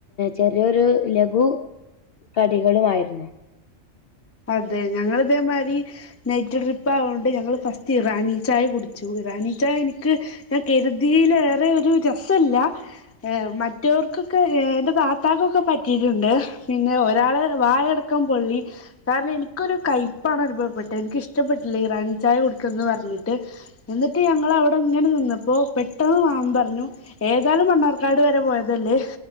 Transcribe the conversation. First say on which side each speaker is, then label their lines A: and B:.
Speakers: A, on the left; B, on the left.
A: ചെറിയൊരു ലഘു കടികളു വായിരുന്നു
B: അതെ ഞങ്ങള് ഇതേമാതിരി. നൈറ്റ് ട്രിപ്പ് ആയോണ്ട് ഞങ്ങൾ ഫസ്റ്റ് ഇറാനി ചായ കുടിച്ചു. ഇറാനി ചായ എനിക്ക്. ഞാൻ കരുതീലേറെ ഒരു രസല്ല ഏ മറ്റവർക്കൊക്കെ എന്റെ വാപ്പാക്കൊക്കെ പറ്റിയിട്ടുണ്ട് പിന്നെ ഒരാള് വായട ക്കം പൊള്ളി കാര്ണം എനിക്കൊരു കയപ്പാണ്നുഭവപ്പെട്ടത്. എനിക്കിഷ്ടപ്പെട്ടില്ല ഈറാനി ചായ കുടിക്കുന്ന് പറഞ്ഞിട്ട്. എന്നിട്ട് ഞങ്ങള് അവിടെ ഇങ്ങനെ നിന്നപ്പോ പെട്ടെന്ന് മാമൻ പറഞ്ഞു. ഏതാലും മണ്ണാർക്കാട് വരെ പോയതല്ലേ.